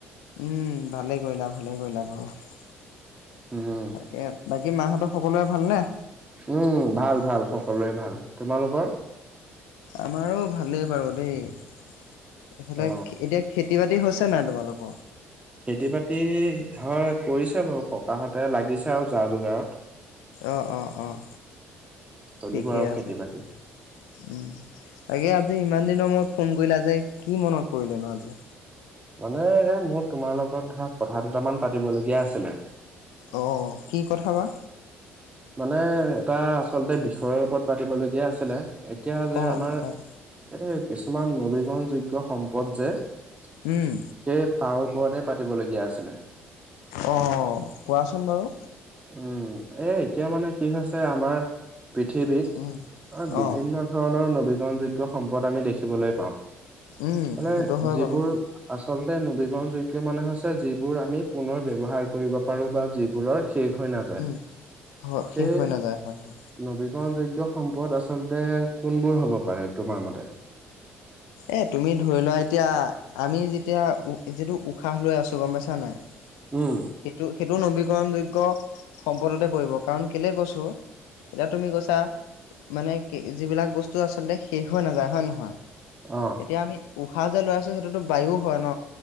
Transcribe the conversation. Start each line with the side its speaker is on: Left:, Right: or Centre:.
Left: উম ভালে কৰিলা ভালে কৰিলা বাৰু তাকে
Right: উম
Left: ব। বাকি মাহঁতৰ সকলোৰে ভালনে?
Right: উম ভাল ভাল সকলোৱে ভাল তোমালোকৰ।
Left: আমাৰো ভালেই বাৰু দেই এইফালে
Right: অ
Left: এতিয়া খেতি খেতি বাতি হৈছে নাই তোমালোকৰ।
Right: খেতি বাতি হয় কৰিছে বাৰু ককাহতে লাগিছে আৰু যা যোগাৰত।
Left: অঁ অ অঁ।
Right: চলিব
Left: ঠিকে
Right: আৰু খেতি
Left: আছে তেতিয়া
Right: বাতি
Left: উম তাকে। আজি ইমান দিনৰ মূৰত ফোন কৰিলা যে কি মনত পৰিলে ন আজি।
Right: মানে এ মোৰ তোমাৰ লগত ধৰা কথা দুটামান পাতিবলগীয়া আছিলে।
Left: অঁ কি কথা বা।
Right: মানে এটা আচলতে বিষয়ৰ ওপৰত পাতিবলগীয়া আছিলে। এতিয়া যে
Left: অ',
Right: আমাৰ
Left: অ', অ',
Right: এই কিছুমান নবীকৰণ যোগ্য সম্পদ যে সেই
Left: উম।
Right: তাৰ ওপৰতে পাতিবলগীয়া আছিলে।
Left: অঁ কোৱাচোন বাৰু
Right: উম এ এতিয়া মানে কি হৈছে আমাৰ পৃথিৱীত
Left: উম,
Right: বিভিন্ন
Left: অ',
Right: ধৰণৰ নৱীকৰণ যোগ্য সম্পদ আমি দেখিবলৈ পাওঁ।
Left: উম,
Right: মানে
Left: সেইটো হয়
Right: যিবোৰ
Left: বাৰু।
Right: আচল তে নবীকৰণযোগ্য মানে হৈছে যিবোৰ আমি পুনৰ ব্যৱহাৰ কৰিব পাৰোঁ বা যিবোৰৰ শেষ হৈ নাযায়
Left: উম, হয়
Right: সেইয়
Left: শেষ হৈ নাযায় হয়, হয়।
Right: নবীকৰণযোগ্য। সম্পদ আচলতে কোনবোৰ হ'ব পাৰে তোমাৰ মতে?
Left: এ তুমি ধৰি লোৱা এতিয়া আমি যেতিয়া উ যিটো উশাহ লৈ আছো গম পাইছা নাই। সেইটো
Right: উম।
Left: সেইটো নবীকৰণযোগ্য। সম্পদতে পৰিব কাৰণ কেলে কৈছোঁ এতিয়া তুমি কৈছা মানে কি যিবিলাক বস্তু আচলতে শেষ হৈ নাযায় হয়ে নহয়।
Right: অ',
Left: এতিয়া আমি উশাহ যে লৈ আছো সেইটোতো বায়ু, হয় ন